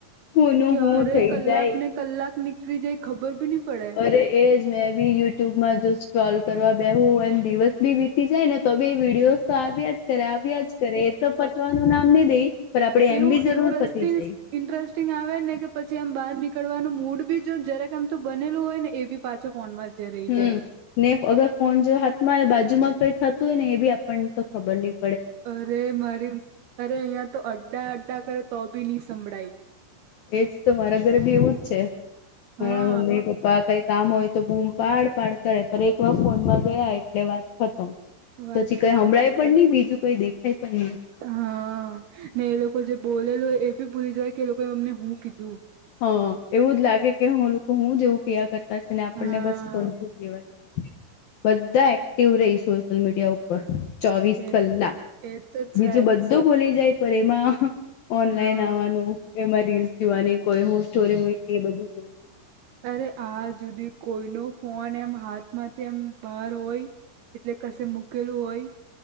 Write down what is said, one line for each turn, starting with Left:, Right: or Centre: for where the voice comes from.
Left: હુંનું
Right: ક્યારે
Left: હું થઈ
Right: કલાક
Left: જાય
Right: ને કલાક નીકળી જાય ખબર બી નઇ પડે.
Left: તે એજ ને મેં બી યુટ્યુબમાં જો સ્ક્રોલ કરવા બેહુ એમ દિવસ વીતી જાય ને તો બી વિડિઓઝ તો આવ્યા જ કરે આવ્યા જ કરે એ તો પતવાનું નામ નહી દઈ પણ આપડે
Right: એવું
Left: એમ બી જરૂર
Right: ઇન્ટરેસ્ટિંગ
Left: પતી જાય.
Right: ઇન્ટરેસ્ટિંગ આવે ને કે પછી આમ બહાર નીકળવાનું મૂડ બી જો જરાક આમ તો બનેલું હોય ને એ બી પાછો ફોનમાં જ રહી
Left: હમ્મ
Right: જાય
Left: ને અગર ફોન જો હાથમાં બાજુમાં કઈ થતું હોય ને એ બી આપણને તો ખબર નહીં
Right: અરે મારી અરે અહીયાં તો અડ્ડા અડ્ડા કરે તો બી નહી સંભળાય.
Left: એજ તો મારા ઘરે બી એવું જ છે મારા
Right: હા
Left: મમ્મી પપ્પા કઈક કામ હોય તો બૂમ પાડ પાડ કરે પણ એક વાર ફોનમાં ગયા એટલે વાત ખતમ.
Right: વાત
Left: પછી કઈ
Right: ખતમ
Left: હળાય પણ નહી બીજું કઈ દેખાય પણ નઇ.
Right: હા ને એ લોકો જે બોલેલ હોય એ ભી ભૂલી જાય કે એ લોકોએ અમને હું કીધું.
Left: હા એવું જ લાગે કે હુંલૂ હું જેવું કયા કર તા છે ને આપણને
Right: હા
Left: બસ ફોથી લેવા દેવા બધા એક્ટિવ રહી સોશિયલ મીડિયા ઉ પર ચોવીસ
Right: એ
Left: કલાક
Right: એ તો
Left: બીજું
Right: છે
Left: બધું
Right: જ
Left: ખોલી જાય પર એમાં ઓનલાઈન
Right: હા
Left: આવવાનું એમાં રીલ્સ જોવાની કોઈ હું સ્ટોરી મોઈ એ બધું કઈ
Right: અરે આજ હુધી કોઈ નો ફોન એમ હાથમાંથી એમ બહાર હોય એટલે કશે મુકેલું હોય